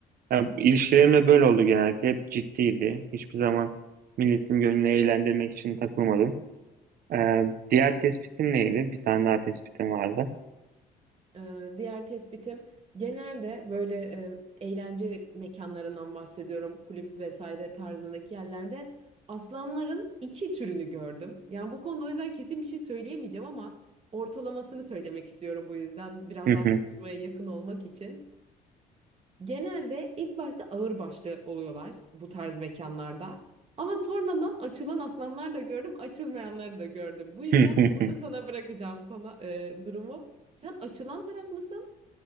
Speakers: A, on the right; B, on the right.
A: Ya, ilişkilerim de böyle oldu genellikle. Hep ciddiydi. Hiçbir zaman milletin gönlünü eğlendirmek için takılmadım. Ee, diğer tespitin neydi? Bir tane daha tespitin vardı.
B: Ee, diğer tespitim genelde böyle e, eğlence mekanlarından bahsediyorum. Kulüp vesaire tarzındaki yerlerde aslanların iki türünü gördüm. Yani bu konuda o yüzden kesin bir şey söyleyemeyeceğim ama ortalamasını söylemek istiyorum bu yüzden biraz
A: Hı
B: daha
A: hı.
B: tutturmaya yakın olmak için. Genelde ilk başta ağırbaşlı oluyorlar bu tarz mekanlarda. Ama sonradan açılan aslanlar da gördüm, açılmayanları da gördüm. Bu yüzden
A: <laughs>
B: burada sana bırakacağım sana e, durumu. Sen açılan taraf mısın?